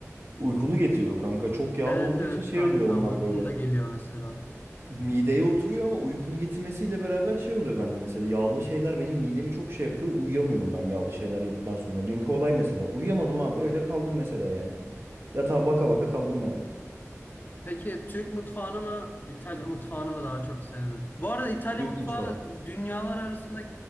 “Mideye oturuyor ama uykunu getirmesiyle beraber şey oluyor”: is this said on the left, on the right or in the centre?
Right